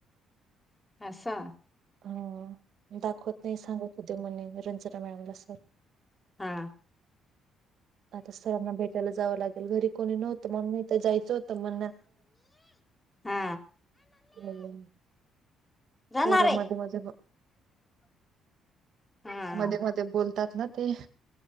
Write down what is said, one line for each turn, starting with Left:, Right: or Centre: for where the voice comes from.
Left: अससा
Right: हा दाखवत नाही सांगत होद्या म्हणे घर <unintelligible> मॅमला सर
Left: हा
Right: आता सरांना भेटायलाच जाव लागेल घरी कोणी नवतं मग म जायचं होत <unintelligible> हा <inaudible>
Left: हा
Right: म्ह
Left: जाणार
Right: पोर
Left: आहे
Right: मध्ये <inaudible> मध्ये
Left: हा
Right: मध्ये मध्ये बोलतात ना ते <inaudible>